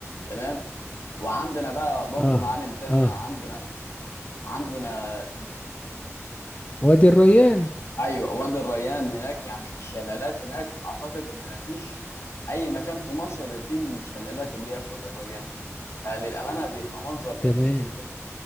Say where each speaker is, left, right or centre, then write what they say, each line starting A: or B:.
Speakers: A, on the left (about 60°); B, on the left (about 25°).
A: تمام وعندنا بقى برضو
B: اه
A: معالم تانية
B: اه
A: عندنا عندنا
B: وادي الريان
A: ايوه وادي الريان هناك يعني الشلالات هناك اعتقد ان مفيش اي مكان في مصر فيه الشلالات اللي هي في وادي الريان فللامانه بيبقى منظر جميل
B: تمام
A: جدا